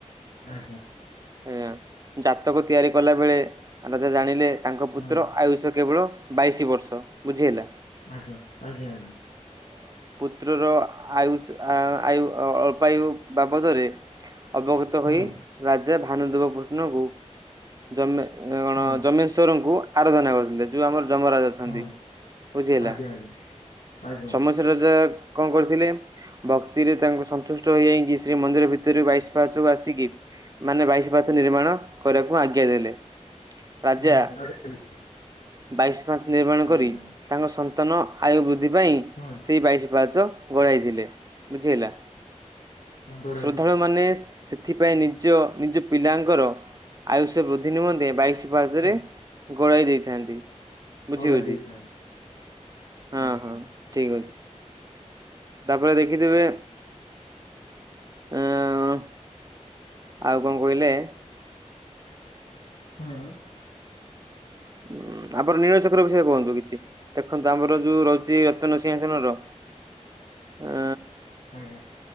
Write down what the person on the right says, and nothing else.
ଆ ଜାତକ ତିଆରି କଲା ବେଳେ ରାଜା ଜାଣିଲେ ତାଙ୍କ ପୁତ୍ର
ଆୟୁଷ କେବଳ ବାଇଶି ବର୍ଷ ବୁଝି ହେଲା।
ପତ୍ରର ଆୟୁଷ ଆୟୁ ଅଳ୍ପୟୁ ବାବଦରେ ଅବଗତ ହୋଇ
ରାଜା ଭାନୁଦେବ କୃଷ୍ଣଙ୍କୁମ କଣ
ଜମେସ୍ୱରଙ୍କୁ ଆରାଧନା କରୁଥିଲେ ଯୋଉ ଆମର ମରାଜ ଅଛନ୍ତି,
ବୁଝି ହେଲା
ସମସ୍ୟ କଣ କରିଥିଲେ ଭକ୍ତିରେ ତାଙ୍କୁ ସନ୍ତୁଷ୍ଟ ହୋଇଯାଇକି ଶ୍ରୀ ମନ୍ଦିର ଭିତରେ ବାଇଶ କୁ ଆସିକି ମାନେ ବାଇଶ ପାହାଚ ନିର୍ମାଣ କରିବାକୁ ଆଜ୍ଞା ଦେଲେ। ରାଜା
ବାଇଶ ପାଚ ନିର୍ମାଣ
କରି
ତାଙ୍କ ସନ୍ତାନ ଆୟୁ ବୃଦ୍ଧି ପାଇଁ
ସେଇ ବାଇଶ ପାହାଚ ଗଳାଇଥିଲେ ବୁଝି ହେଲା
ଶ୍ରଦ୍ଧାଳୁ ମାନେ ସେଥିପାଇଁ ନି ନିଜ ନିଜ ପିଲାଙ୍କର ଆୟୁଷ ବୃଦ୍ଧି ନିମନ୍ତେ ବାଇଶ ପାହାଚରେ
ଗୋଳାଇ ଦେଇଥାନ୍ତି। ବୁଝି
ହଉଛି
ହଁ
ହଁ ଠିକ ଅଛି। ତାପରେ ଦେଖିଥିବେ। ଏଁ ଅଂ ଆଉ କଣ କହିଲେ।
ଉଁ ଆମର ନୀଳଚକ୍ର ବିଷୟ ରେ କୁହନ୍ତୁ କିଛି ଦେଖନ୍ତୁ ଆମର ଯୋଉ ରହୁଚି ସେ ରତ୍ନସିଂହାସନର ଆ